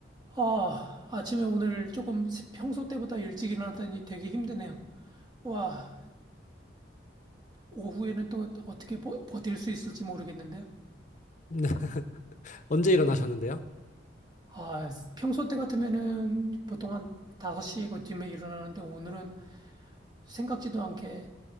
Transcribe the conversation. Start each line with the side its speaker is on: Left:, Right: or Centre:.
Right: 아, 아침에 오늘 조금 평소 때보다 일찍 일어났더니 되게 힘드네요. 와, 오후에는 또 어떻게 버, 버틸 수 있을지 모르겠는데요.
Left: 네. <laughs> 언제 일어나셨는데요?
Right: 아, 평소 때 같으면은 보통 한 5시 그쯤에 일어나는데 오늘은 생각지도 않게